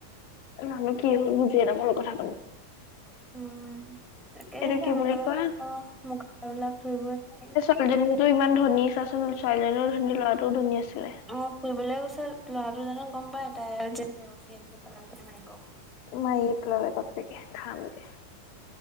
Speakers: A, on the left (about 45°); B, in the centre.
A: জানো কি হ'ল বুজিয়ে নাপালোঁ কথাটো।
B: উম তাকেহে
A: এইটো কি
B: মানুহৰ
A: বুলি কয়
B: <unintelligible> মুখবিলাক ধৰিবই নোৱাৰি।
A: ছোৱালীজনীটো ইমান ধনী চাচোন। ছোৱালীজনীও ধনী ল'ৰাটোও ধনী আছিলে।
B: অ ফুৰিবলৈ গৈছিল। ল'ৰাটো জানো গম পাই এ তাই যে প্ৰেয়সী এনেকে পেলাই পেলাই মাৰিব বুলি।
A: মাৰিয়ে পেলালে বাপ্পেকে থামকে।